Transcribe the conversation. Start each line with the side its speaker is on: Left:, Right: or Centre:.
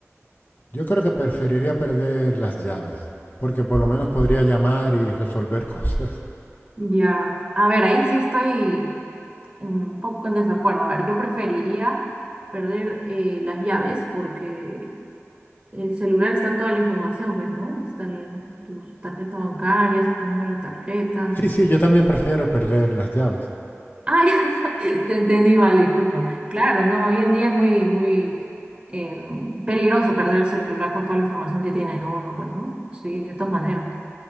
Left: Yo creo que preferiría perder las llaves, porque por lo menos podría llamar y resolver cosas. <laughs>
Right: Ya, a ver, ahí sí estoy un poco en desacuerdo. A ver, yo preferiría perder eh, las llaves porque el celular está toda la información, pues, ¿no? Está tus tarjetas bancarias, tu número de tarjeta.
Left: Sí, sí, yo también prefiero perder las llaves.
Right: Ay, <laughs> te entendí mal, disculpa. Claro, no, hoy en día es muy, muy eh, peligroso perder el celular con toda la información que tiene uno, pues, ¿no? Sí, de todas maneras.